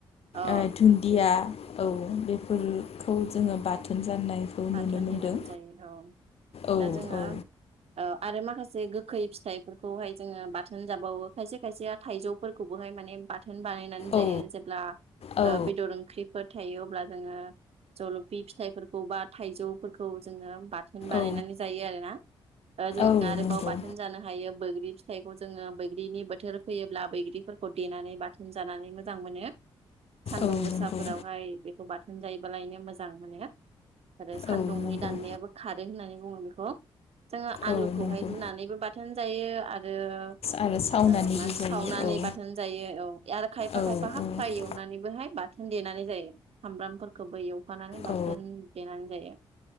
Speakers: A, on the right (about 60°); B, on the left (about 55°).
A: अ
B: ओ धुन्दिया औ बेफोरखौ जोङो बाथोन जानायखौ
A: बाथोन
B: नुनो मोनदों
A: देनानै जायो औ
B: औ
A: दा जोंहा
B: औ
A: औ आरो माखासे गो खै फिथाइफोरखौहाय जोङो बाथोन जाबावो खायसे खायसे थाइजौफोरखौबोहाय माने बाथो न बानायनानै जायो
B: औ
A: जेब्ला
B: औ
A: बेदर ओंख्रिफोर थायो अब्ला जोङो जलफि फिथाइफोरखौ बा थाइजौफोरखौ जोङो बाथोन बानायनानै
B: औ
A: जायो आरोना जों
B: औ
A: आरोबाव
B: नंगौ
A: बाथोन जानो हायो बोग्रि फिथाइखौ जोङो बैग्रिनि बोथोर फैयोब्ला बैग्रिफोरखौ देनानै बाथोन जानानै मोजां मोनो सानदुं
B: औ
A: गोसाफोरावहाय
B: नंगौ
A: बेखौ बाथोन जायोबालायनो मोजां मोनो आरो सान्दुंनि
B: औ नंगौ
A: दान्नायाबो खारो होननानै बुङो बेखौ जोङो आलुखौहाय
B: औ नंगौ
A: रुनानैबो बाथोन जायो रो
B: आरो सावनानैबो
A: ओ मान
B: जायो
A: सावनानै
B: औ
A: बाथोन जायो औ आरो खायफा
B: औ
A: खायफा हाब
B: औ
A: फ्राय एवनानैबोहाय बाथोन देनानै जायो सामब्रामफोरखौबो एवफानानै बाथोन
B: औ
A: देनानै जायो।